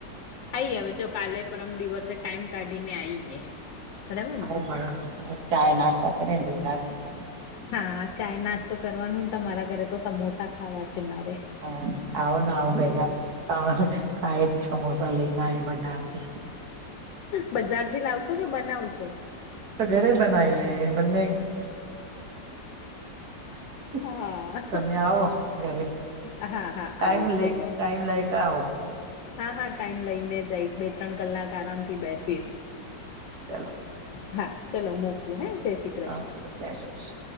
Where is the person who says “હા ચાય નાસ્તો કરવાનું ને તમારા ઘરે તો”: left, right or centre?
Left